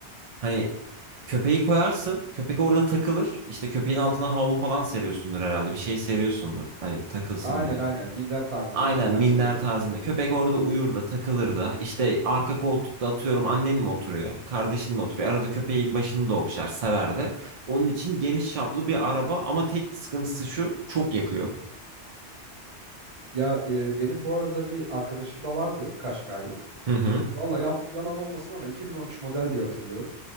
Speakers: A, on the right; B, on the right.
A: Hani köpeği koyarsın, köpek orada takılır. İşte köpeğin altına havlu falan seriyorsundur herhalde. Bir şey seriyorsundur. Hani takılsın
B: Aynen
A: diye.
B: aynen. Minder tarzında
A: Aynen
B: bir şeyler
A: minder
B: seviyorum.
A: tarzında. Köpek orada uyur da takılır da. İşte arka koltukta atıyorum annen mi oturuyor? Kardeşin mi oturuyor? Arada köpeğin başını da okşar, sever de. Onun için geniş çaplı bir araba ama tek sıkıntısı şu çok yakıyor.
B: Ya e, benim bu arada bir arkadaşım da vardı Kaşkay'ı.
A: Hı hı.
B: Valla yan, yalan olmasın ama 2013 model diye hatırlıyorum.